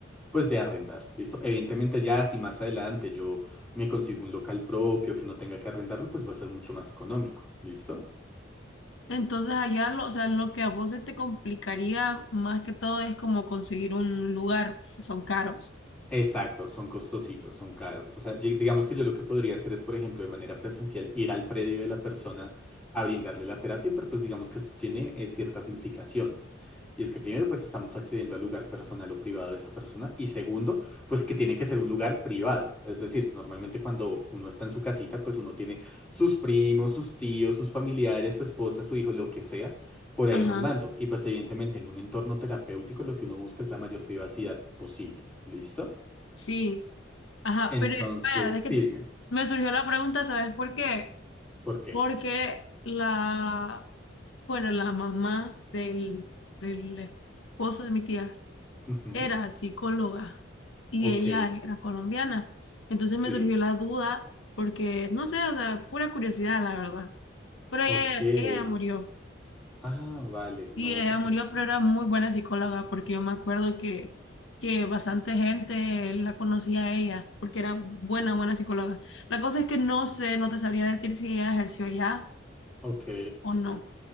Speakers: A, in the centre; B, on the left.
A: pues, de arrendar. ¿Listo? Evidentemente, ya si más adelante yo me consigo un local propio que no tenga que arrendarlo, pues va a ser mucho más económico. ¿Listo?
B: entonces allá lo, o sea, lo que a vos se te complicaría más que todo es como conseguir un lugar, que son caros.
A: Exacto, son costositos, son caros. O sea, yo- digamos que yo lo que podría hacer es, por ejemplo, de manera presencial, ir al predio de la persona a brindarle la terapia, pero pues digamos que esto tiene eh, ciertas implicaciones. Y es que primero, pues estamos accediendo al lugar personal o privado de esa persona. Y segundo, pues que tiene que ser un lugar privado. Es decir, normalmente cuando uno está en su casita, pues uno tiene sus primos, sus tíos, sus familiares, su esposa, su hijo, lo que sea, por ahí
B: Ajá,
A: rondando. Y pues evidentemente en un entorno terapéutico lo que uno busca es la mayor privacidad posible. ¿Listo?
B: sí, ajá,
A: Entonces,
B: pero eh, vaya, es que
A: sí,
B: te-
A: dime,
B: me surgió la pregunta, ¿sabes por qué?
A: ¿por qué?
B: Porque la, bueno, la mamá del, del esposo de mi tía
A: Ujú,
B: era psicóloga y
A: Ok,
B: ella era colombiana. Entonces
A: sí,
B: me surgió la duda porque, no sé, o sea, pura curiosidad, la verdad. Pero ella,
A: ok.
B: ella ya murió.
A: Ah, vale, no,
B: Sí, ella
A: qué pena.
B: murió, pero era muy buena psicóloga porque yo me acuerdo que, que bastante gente la conocía a ella porque era buena, buena psicóloga. La cosa es que no sé, no te sabría decir si ella ejerció allá
A: Ok,
B: o no.